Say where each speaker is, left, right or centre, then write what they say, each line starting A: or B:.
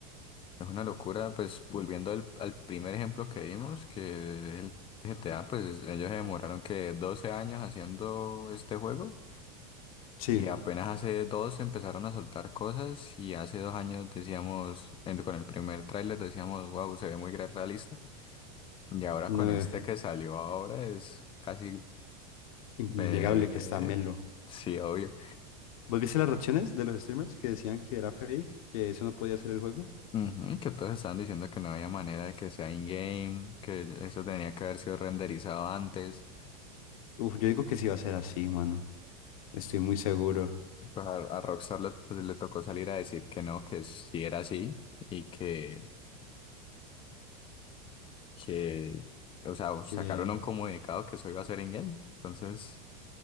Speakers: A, on the left (about 30°); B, on the left (about 70°).
A: Es una locura, pues volviendo al, al primer ejemplo que vimos, que es el GTA, pues ellos se demoraron que 12 años haciendo este juego
B: Sí,
A: y apenas hace dos empezaron a soltar cosas y hace dos años decíamos, en- con el primer tráiler decíamos, wow, se ve muy gra- realista y ahora
B: no,
A: con este
B: eh,
A: que salió ahora es casi,
B: innegable
A: eh,
B: que está Melo.
A: sí, obvio.
B: ¿Vos viste las reacciones de los streamers que decían que era fake, que eso no podía ser el juego?
A: Ujú, que todos estaban diciendo que no había manera de que sea in-game, que eso tenía que haber sido renderizado antes.
B: Uf, yo digo que sí va a ser así, mano. Estoy muy seguro
A: Pues a, a Rockstar le, le tocó salir a decir que no, que sí era así y que, que, o sea, sacaron
B: que
A: un comunicado que eso iba a ser in-game. Entonces,